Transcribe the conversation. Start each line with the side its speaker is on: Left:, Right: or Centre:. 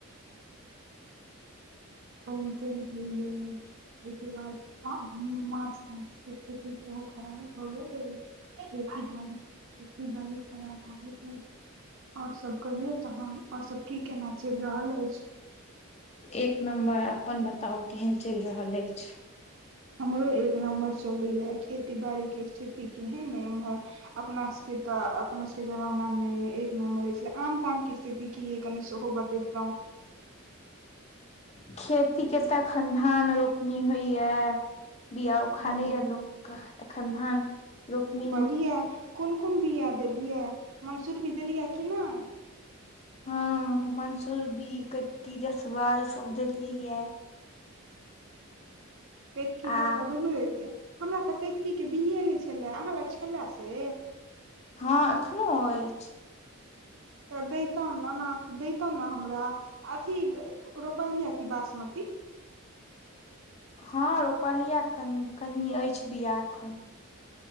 Right: पइन तइन होइये ओहिके बाद माछ ताछ के स्थिति सेहो खराब भऽ गेल रहै एके बार एते बारिश खराब और सब कहियो तहन और सब की केना चलि रहल अछि
Left: एक नम्बर अपन बताउ केहन चलि रहल अछि
Right: हमरो एक नम्बर चलैये खेती बाड़ी के स्थिति केहन अइ उम्हर अपना सबके तऽ अपना सबके जमाना मे एक नम्बर छल आम ताम के स्थिति देखियै कनि सेहो बात दौ
Left: खेती के तखन धान रोपनी होइये बिया उखड़े
Right: उम्म,
Left: आ लोके एखन धान रोपनी
Right: किये कोन कोन बिया देलियै मन्सूर बिया देलियै कि नहि
Left: हँ मंसूरबी कतकी जसबा ई सब देलियै ये
Right: कैतकी
Left: आ
Right: जसबा दुनू देलियै हमरा तऽ कैतकीे बिए नहि छलए अहाँ लग छलए से
Left: हँ एखनो अय
Right: तऽ दैतहु ओना दैतौ ने हमरा अथी रोपलियै कि बासमती
Left: हँ रोपलिया कनि कनि अछि बिआ एखन